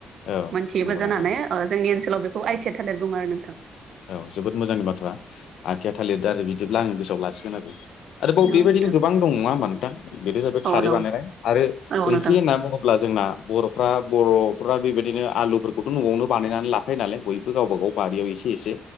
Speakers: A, on the left; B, on the right.
A: औ
B: मोनथियोबो
A: नंगौ
B: जानानै
A: नोंथां
B: जोंनि ओनसोलाव बेखौ आइ टि आ थालिर बुङो आरो नोंथां
A: औ जोबोद मोजांनि बाथ्रा आथिया थालिर दा आरो बिदिब्ला आं गोसोआव लासिगोन आरो आरोबाव
B: औ
A: बेबायदिनो
B: नोंथां
A: गोबां दं नङा होमा नोंथां बेनो जाहैबाय खारै
B: औ दं
A: बानायनाय आरो
B: औ
A: ओंख्रि
B: नोंथां
A: होनना बुङोब्ला जों बर'फ्रा बर' बेबायदिनो आलुफोरखौथ' न'आवनो बानायनानै लाखायो नालाय बयबो गावबागाव बारियाव एसे एसे